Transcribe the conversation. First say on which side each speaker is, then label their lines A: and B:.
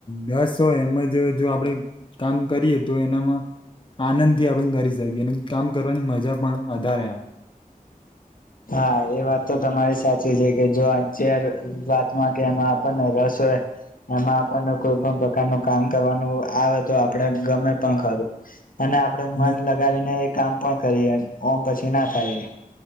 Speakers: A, on the left (about 35°); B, on the left (about 65°).
A: દસ હોય, એમાં જ જો આપડે કામ કરીએ તો એનામાં આનંદથી આપણે કરી શકીએ અને કામ કરવાની મજા પણ વધારે આવે.
B: હા એ વાત તો તમારી સાચી છે કે જો અચ્યાર વાતમાં કે એમાં આપણને રસ હોય એમાં આપણને કોઈ પણ પ્રકારનું કામ કરવાનું આવે તો આપડે ગમે પણ ખરું. અને આપણેે
A: અને
B: મન લગાવીને એ કામ પણ કરીએ ઓમ પછી ના થાય એ.